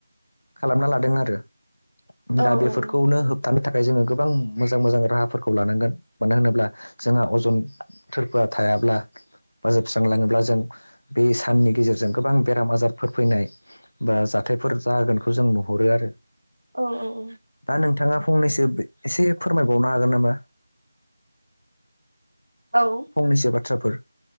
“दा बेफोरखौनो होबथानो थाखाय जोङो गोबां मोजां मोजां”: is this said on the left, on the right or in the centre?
Left